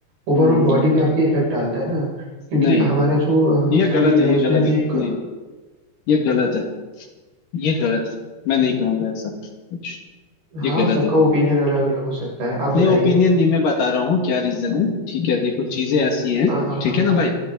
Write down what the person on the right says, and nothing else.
ओवरऑल
बॉडी पे आपके इफेक्ट डालता है ना क्योंकि
हमारा जो अ,
शरीर
है
उसमें
भी
एक
हाँ
सबका
ओपिनियन अलग अलग हो सकता है आप
बताइए
हाँ हाँ
हाँ
हाँ